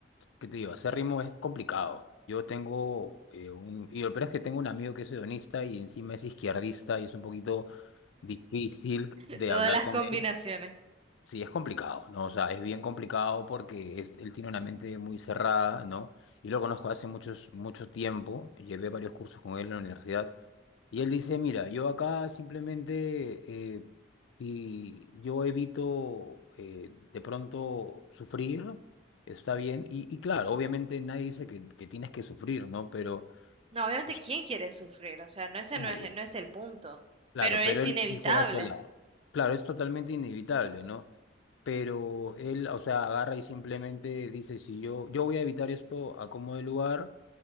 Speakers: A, on the left (about 75°); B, on the right (about 30°).
A: ¿Qué te digo? Hacer ritmo es complicado. Yo tengo eh, un... Y lo peor es que tengo un amigo que es hedonista y encima es izquierdista y es un poquito difícil
B: de
A: de
B: todas
A: hablar
B: las
A: con
B: combinaciones.
A: él Sí, es complicado, ¿no? O sea, es bien complicado porque es- él tiene una mente muy cerrada, ¿no? Y lo conozco hace muchos, mucho tiempo, llevé varios cursos con él en la universidad, y él dice, mira, yo acá simplemente, eh, si yo evito eh, de pronto sufrir, está bien, y, y claro, obviamente nadie dice que, que tienes que sufrir, ¿no? Pero
B: No, obviamente,
A: o sea,
B: ¿quién quiere sufrir? O sea, no, ese
A: nadie.
B: no es, no es el punto,
A: Claro,
B: pero es
A: pero
B: inevitable.
A: él no se va a ese lado. Claro, es totalmente inevitable, ¿no? Pero él, o sea, agarra y simplemente dice, si yo, yo voy a evitar esto a como de lugar,